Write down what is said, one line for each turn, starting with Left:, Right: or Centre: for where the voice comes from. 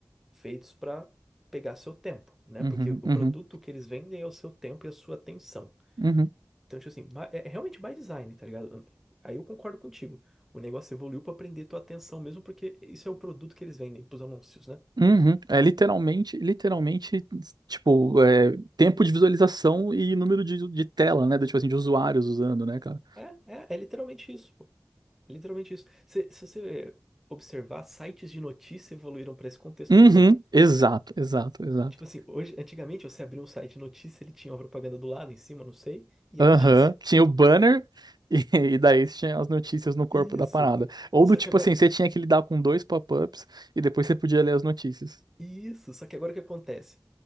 Centre: feitos para pegar seu tempo, né?
Right: Uhum,
Centre: Porque o
Right: uhum,
Centre: produto que eles vendem é o seu tempo e a sua atenção.
Right: uhum,
Centre: Então, tipo assim, ba- é é realmente by design, tá ligado? Aí eu concordo contigo. O negócio evoluiu para prender tua atenção mesmo, porque isso é o produto que eles vendem pros anúncios, né?
Right: uhum. É literalmente, literalmente, tipo, é, tempo de visualização e número de, de tela, né? Do, tipo assim, de usuários usando, né, cara?
Centre: É, é, é literalmente isso, pô. É literalmente isso. Se, se você observar, sites de notícia evoluíram para esse contexto
Right: Uhum,
Centre: também.
Right: exato, exato, exato.
Centre: Tipo assim, hoje, antigamente você abria um site de notícia, ele tinha uma propaganda do lado, em cima, não sei, e
Right: Aham,
Centre: a notícia.
Right: Tinha o banner e, <laughs> e daí tinha as notícias no corpo
Centre: Isso.
Right: da parada. Ou
Centre: Só
Right: do tipo
Centre: que agora,
Right: assim, você tinha que lidar com dois pop-ups e depois você podia ler as notícias.
Centre: isso, só que agora o que acontece?